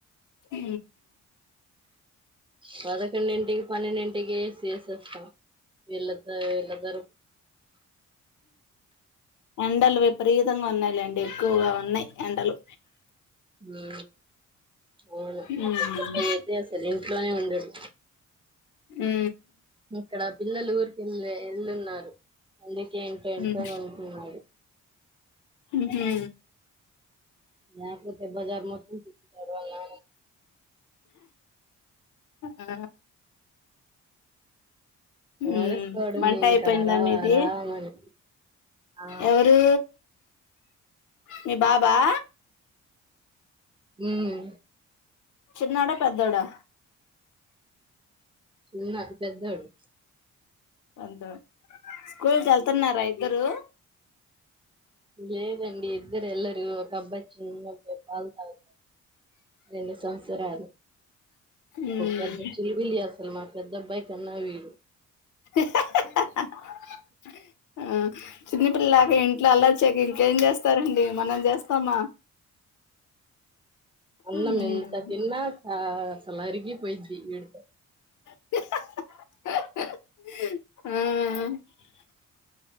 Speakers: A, on the left; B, on the right.
A: ఊ
B: పదకొండింటికి పన్నెండింటికి ఏసీ యశస్తము విలతో విలాథ్రోర్
A: ఎండలు విపరీతంగా ఉన్నాయిలేండి ఎక్కువగా ఉన్నాయి ఎండలు
B: ఊ అవును మా
A: మ్మ్
B: పెద్ద అబ్బాయి అయితే అసలు ఇంట్లోనే ఉండడు
A: ఉ
B: ఇక్కడ పిల్లలు ఊర్ ఇలే ఎల్ళున్నారు అందుక్ ఇంట్ల ఇంట్లోనేవుంటున్నాడు
A: మ్మ్ మ్హూ
B: <unintelligible> బజార్ మొత్తం తీపాడు వాల్ల నాన్నా
A: ఆ ఊ
B: అరుసుకోవడమే
A: వంట
B: ఇంకా
A: అయిపోయిందా
B: రా
A: మీది
B: రా అని ఆ
A: ఎవరూ మీ బాబు ఆ
B: ఉమ్
A: చిన్నోడ పెద్దోడా
B: చిన్నా పెద్దోడు
A: అంత స్కూల్కెళ్తున్నార ఇద్దరు
B: లేదండి ఇద్దరు ఎల్లరు ఒక అబ్బాయి చిన్నబ్బయి పాలు తాగుతారు రెండు సంవత్సరాలు
A: ఉమ్
B: పెద్ద ఊ చిలిపిిలి చేస్త మా పెద్ద అబ్బాయి కన్నా వీడు
A: యహాహహాహ ఆ చిన్న పిల్లలాక ఇంట్లో అల్లరి చేయక ఇంకేం చేస్తారండి మనం చేస్తామా
B: అన్నం
A: ఉమ్
B: ఎంత తిన్నా చ అసలు అరిగి పోయిద్ది వీడితో
A: ఆ